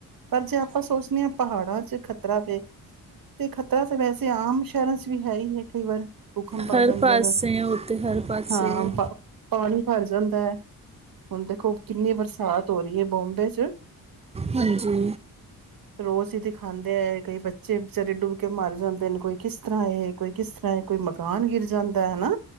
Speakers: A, on the right; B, on the right.
A: ਪਰ ਜੇ ਆਪਾਂ ਸੋਚਨੇ ਆਂ ਪਹਾੜਾਂ ਚ ਖ਼ਤਰਾ ਵੇ, ਤੇ ਖ਼ਤਰਾ ਤਾਂ ਵੈਸੇ ਆਮ ਸ਼ਹਿਰਾਂ ਚ ਵੀ ਹੈ ਈ ਕਈ ਵਾਰ ਭੁੱਖਮ
B: ਹਰ
A: ਆ ਜਾਂਦੇ
B: ਪਾਸੇ
A: ਨ,
B: ਹੈ, ਉਹ ਤੇ ਹਰ ਪਾਸੇ
A: ਹਾਂ
B: ਹੈ।
A: ਪਰ ਪਾਣੀ ਭਰ ਜਾਂਦਾ ਐ, ਹੁਣ ਦੇਖੋ ਕਿੰਨੀ ਬਰਸਾਤ ਹੋ ਰਹੀ ਐ ਬੰਬੇ 'ਚ'
B: ਹਾਂਜੀ।
A: ਰੋਜ਼ ਹੀ ਦਿਖਾਉਂਦੇ ਐ ਕਈ ਬੱਚੇ ਵਿਚਾਰੇ ਡੁੱਬ ਕੇ ਮਰ ਜਾਂਦੇ ਨੇ, ਕੋਈ ਕਿਸ ਤਰ੍ਹਾਂ ਇਹ ਕੋਈ ਕਿਸ ਤਰ੍ਹਾਂਹ ਐ, ਕੋਈ ਮਕਾਨ ਗਿਰ ਜਾਂਦਾ ਹੈਨਾ,